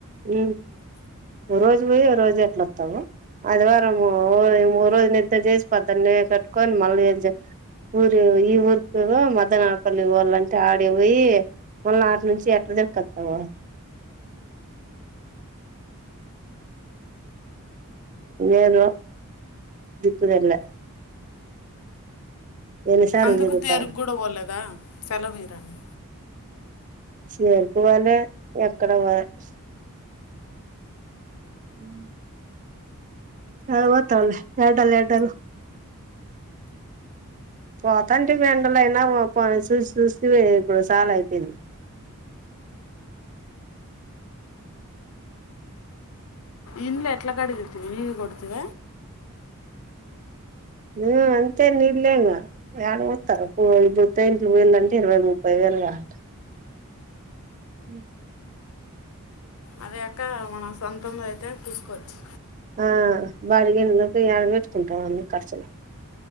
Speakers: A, on the right; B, on the left.
A: ఉ ఓ రోజు పోయి ఓ రోజు ఎట్ల వస్తావు ఆదివారంము ఓ రోజు నిద్ర చేసి పద్ద్దన్న కట్టుకొని మళ్ళీ ఊరి ఈ ఊరికి మధ్యానడపల్లి వాళ్ళంటే ఆడి పోయి మళ్ళీ ఆటి నుంచి ఎట్లా దక్కొస్తావా ఏదో దిక్కుదేళ్ల ఎన్నిసార్లు
B: అందుకు
A: తిరుగుతావు
B: తేరుగు గుడ పోలేదా సెలవీరని
A: చేరుకోవాలె ఎక్కడ <unintelligible> ఉ <unintelligible> ఎడలు ఎడలు పోతాంటే ఎండల అయినా చూసి చూసి ఇప్పుడు చాలా అయిపోయింది
B: ఇండ్లు ఎట్ల కడిగితివి <unintelligible> కొడుతీవ
A: ఆ అంతే నీలే ఇంగా ఏడ వస్తారు ఇ తది వేలు అంటే ఇరవై ముప్పై వేలు కాళ్ళ ఉ
B: అదే అక్క మన సొంతము అయితే పూసుకొచ్చు
A: ఆ బాగిగిండ్లకు యాడ పెట్టుకుంటావూ ఖర్చులు